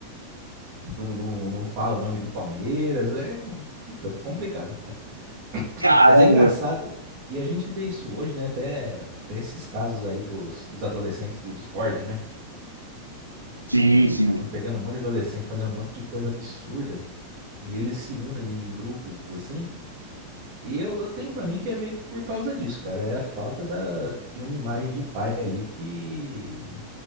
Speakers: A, on the right (about 45°); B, on the right (about 85°).
A: não, não, não fala o nome do Palmeiras. É, um, puta, complicado, cara.
B: Caramba.
A: Mas é engraçado. E a gente vê isso hoje, né? Até, até esses casos aí dos, dos adolescentes do Discord, né? Que
B: Sim, sim.
A: estão pegando um monte de adolescente, fazendo um monte de coisa absurda. E eles se unem em grupos assim. E eu, eu tenho pra mim que é meio que por causa disso, cara. É a falta da, de uma imagem de pai ali que